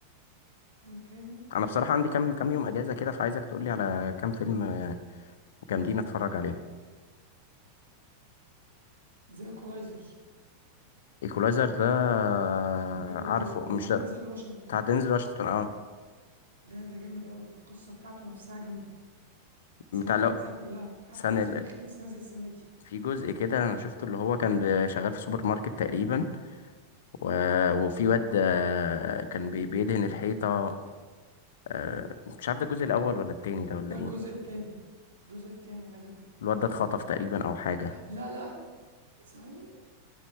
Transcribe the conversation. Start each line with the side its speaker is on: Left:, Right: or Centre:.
Right: فيلم تاني
Left: انا بصراحه عندي كام كام يوم اجازه كده فعايزك تقولي على كام فيلم آه، جامدين اتفرج عليهم
Right: زي كولايزر
Left: ايكولايزر ده آه،
Right: جامد
Left: عارفه
Right: قوي بتاع
Left: مش
Right: دينزل
Left: ده
Right: واشنطن
Left: بتاع دينزل واشنطن اه
Right: ده ده جامد قوي القصه بتاعته نفسها جامده سواء
Left: بتاع لو
Right: الاجزاء كلها حتى
Left: سنة
Right: الجزء
Left: ال-
Right: الاخير اللي لسه نازل السنه دي
Left: في جزء كده انا شفته اللي هو كان ب- شغال في سوبر ماركت تقريبا و... وفي واد آه، كان بي- بيدهن الحيطة آه، مش عارف ده الجزء الاول ولا التاني ده ولا
Right: ده الجزء
Left: ايه
Right: التاني الجزء التاني غالبا
Left: الواد ده اتخطف تقريبا او حاجة
Right: لا لا ثواني